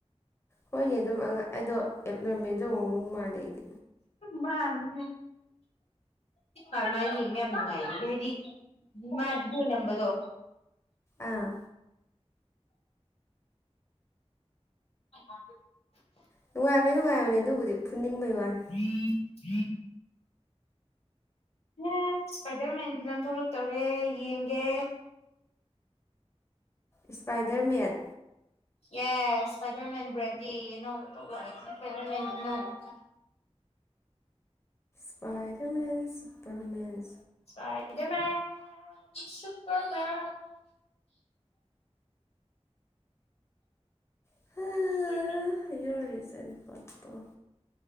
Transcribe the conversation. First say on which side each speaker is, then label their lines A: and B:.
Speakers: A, on the left (about 25°); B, on the left (about 65°).
A: ꯍꯣꯏꯅꯦ ꯑꯗꯨꯝ ꯑꯉꯥꯡ ꯑꯗꯣ ꯑꯦꯞ ꯅꯣꯔꯃꯦꯜꯖꯨ ꯑꯃꯨꯛ ꯃꯨꯛ ꯃꯥꯜꯂꯦ ꯑꯩꯗꯤ
B: ꯃꯟꯕꯅꯦ ꯑꯩꯗꯤ ꯃꯥ ꯌꯦꯡꯕ ꯌꯥꯝ ꯅꯨꯡꯉꯥꯏꯌꯦ ꯍꯥꯏꯗꯤ ꯃꯥ ꯚꯤꯗꯤꯑꯣ ꯅꯝꯕꯗꯣ
A: ꯑꯥ
B: <inaudible>
A: ꯅꯨꯡꯉꯥꯏꯕꯅꯤ ꯅꯨꯡꯉꯥꯏꯕꯅꯦ ꯑꯗꯨꯕꯨꯗꯤ ꯐꯨꯅꯤꯡꯕꯩ ꯋꯥꯅꯤ
B: ꯊꯔꯤ ꯊꯔꯤ <inaudible> ꯑꯦ ꯏꯁꯄꯥꯏꯗꯔꯃꯦꯟ ꯐꯤꯂꯝ ꯊꯣꯛꯂꯛꯇꯧꯔꯦ ꯌꯦꯡꯒꯦ
A: ꯏꯁ꯭ꯄꯥꯏꯗꯔꯃꯦꯟ
B: ꯌꯦꯁ ꯏꯁꯄꯥꯏꯗꯔꯥꯃꯦꯟ ꯕꯦꯟꯗꯤꯔ ꯑꯅꯧꯕꯥ ꯊꯣꯛꯂꯛ ꯑꯝꯅꯤ ꯏꯁꯄꯥꯏꯗꯔ꯭ꯃꯦꯟꯒꯤ ꯑꯅꯧꯕꯥ
A: Spider-Man Superman
B: ꯏꯁꯄꯥꯏꯗ꯭ꯔ꯭ꯃꯦꯟ Superman
A: <unintelligible>
B: <unintelligible>
A: your recent photo